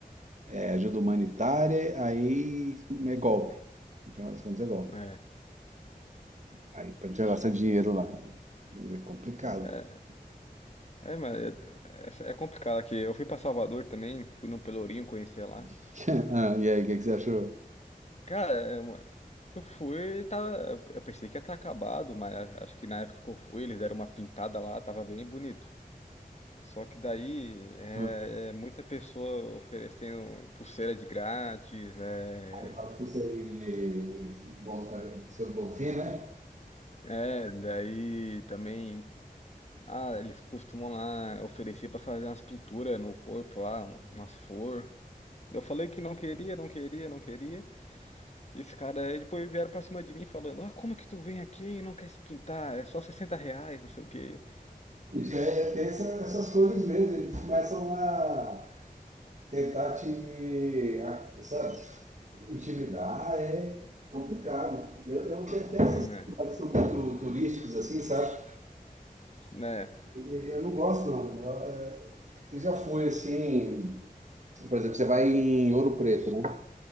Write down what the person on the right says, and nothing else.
É ajuda humanitária, aí é golpe. No final das contas, é golpe.
Aí para tirar seu dinheiro lá. É complicado,
cara.
<laughs> Ah, e aí, o que, que você achou?
Ah,
Aquela pulseirinha de bom, seus golfinhos, né?
Isso é é ter essa- essas coisas mesmo. Eles começam a tentar te, a- sabe, intimidar. É complicado. Eu, eu detesto
esses lugares que são muito turísticos, assim, sabe?
Eu eu não gosto, não. Eu, eh, eu já fui, assim, Por exemplo, você vai em Ouro Preto, né?